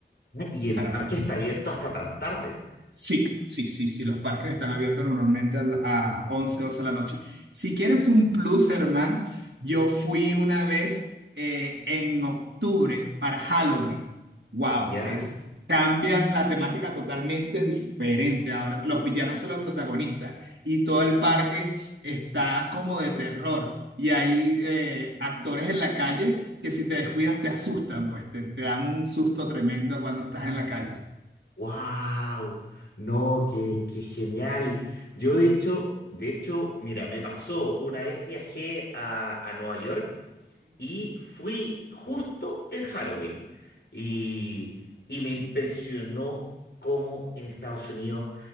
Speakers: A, on the left; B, on the right.
A: Y el
B: para
A: parque
B: el otro.
A: está abierto hasta tan tarde,
B: Sí, sí, sí, sí, los parques están abiertos normalmente a, la- a 11, 12 de la noche. Si quieres un plus, Germán, yo fui una vez eh, en octubre para Halloween. Wow,
A: ¿ya?
B: es, cambian la temática totalmente diferente. Ahora los villanos son los protagonistas y todo el parque está como de terror. Y hay eh, actores en la calle que si te descuidas te asustan, pues te, te dan un susto tremendo cuando estás en la calle.
A: ¡Wow! No, qué, qué genial. Yo de hecho, de hecho, mira, me pasó, una vez viajé a, a Nueva York y fui justo en Halloween y, y me impresionó cómo en Estados Unidos